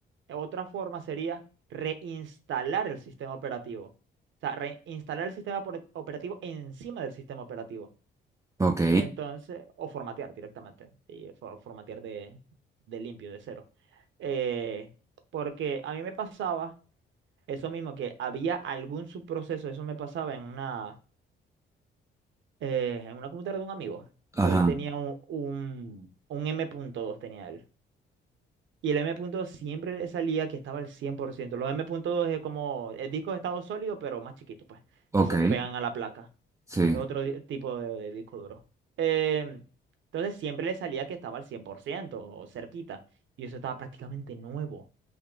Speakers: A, on the right (about 70°); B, on the right (about 15°).
A: otra forma sería reinstalar el sistema operativo. O sea, reinstalar el sistema opera- operativo encima del sistema operativo.
B: Ok.
A: Entonces, o formatear directamente, y fo- formatear de, de limpio, de cero. Eh, porque a mí me pasaba eso mismo, que había algún subproceso, eso me pasaba en una, eh, en una computadora de un amigo, que
B: Ajá.
A: él tenía un, un, un M punto dos tenía él. Y el M M.2 siempre le salía que estaba al 100%. Los M punto dos es como el disco de estado sólido, pero más chiquito, pues,
B: Ok.
A: y se pegan a la placa.
B: Sí.
A: Es otro di- tipo de, de disco duro. Em, entonces siempre le salía que estaba al 100% o cerquita. Y eso estaba prácticamente nuevo.